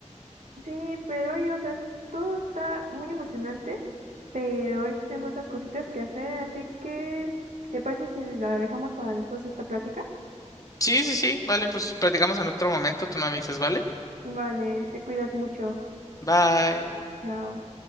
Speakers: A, on the right; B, on the left.
A: Sí, pero oye, o sea, es- todo está muy emocionante, pero hoy tengo otras cositas que hacer, así que, ¿te parece si la dejamos para después esta plática?
B: Sí, sí, sí, vale, pues platicamos en otro momento, tú me avisas, ¿vale?
A: Vale, te cuidas mucho.
B: Bye.
A: Chao.